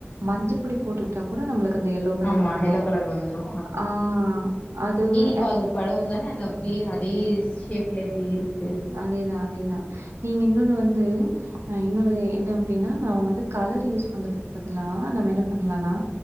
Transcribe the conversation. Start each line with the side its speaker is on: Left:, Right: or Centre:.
Right: மஞ்ச பொடி போட்டு கூட நம்மளுக்கு அந்த எல்லோ கலர்
Left: ஆமா
Right: வந்துரு
Left: எல்லோ கலர் வந்துரு
Right: ஆ அதுமே
Left: இப்ப அது படவும் தானே அது அப்படியே அதே ஷேப்ல இப்டி இருக்கு
Right: அதேதா அதேதா நீங்க இன்னொன்னு வந்து அ இன்னொனு என்ன அப்டின்னா நாம வந்து கலர் யூஸ் பண்றதுக்கு பதிலா நம்ம என்ன பண்லானா